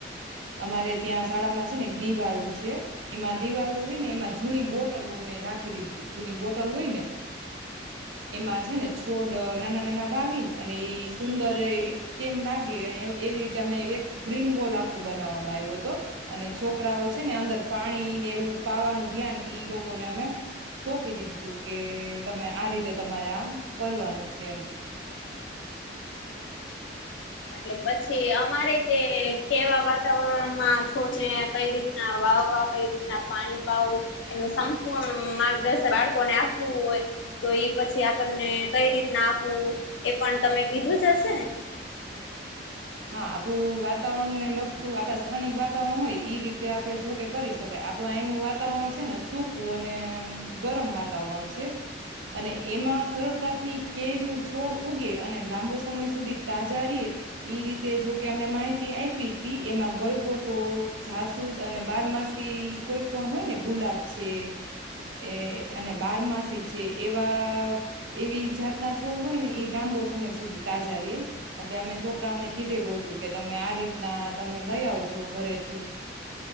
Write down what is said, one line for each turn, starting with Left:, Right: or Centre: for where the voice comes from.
Right: અમારે ત્યાં શાળામાં છે ને એક દિવાલ છે એમાં દિવાલ હોય ને એમાં જૂની બોટલો અમે રાખી દીધી જૂની બોટલ હોય ને એમાં છેને છોડના નાના વાવી અને ઈ સુંદર કેમ લાગે એવી રીતે અમે એક ગ્રીન બોલ આખો બનાવવામાં આવ્યો હતો અને છોકરાઓ છે ને અંદર પાણીને એવું પાવાનું ધ્યાન ઈ લોકોને અમે સોંપી દીધું હતું કે તમે આ રીતે તમારે આ કરવાનું છે
Left: એટલે પછી અમારેી તે કેવા વાતાવરણમાં છોડને કઈ રીતના વાવવા કઈ રીતના પાણી પાવું એનું સંપૂર્ણ માર્ગદર્શન બાળકોને આપવું હોય તો એ પછી આપણને કઈ રીતના આપવું એ પણ તમે કીધું જ હશે ને
Right: હા આપણું વાતાવરણને લગતું આપણા સ્થાનિક વાતાવરણ હોય એ રીતે આપડણે જોકે કરી શકાય આપડું એનું વાતાવરણ છે ને સૂકું અને ગરમ વાતાવરણ છે અને એમાં સરળતાથી કેમ છોડ ઉગે અને લાંબો સમય સુધી તાજા રએ એ રીતે જોકે અમે માહિતી આપી તી એમાં ગલગોટો જાસૂદ અને બારમાસી કોઈ પણ હોય ને ગુલાબ છે એ અને બારમાસી છે એવા એવી જાતના છોડ હોય ને એ લાંબો સમય સુધી તાજા રએ એટલે અમે જો છોકરાઓને કીધેલું હતું કે તમે આ રીતના તમે લઈ આવજો ઘરેથી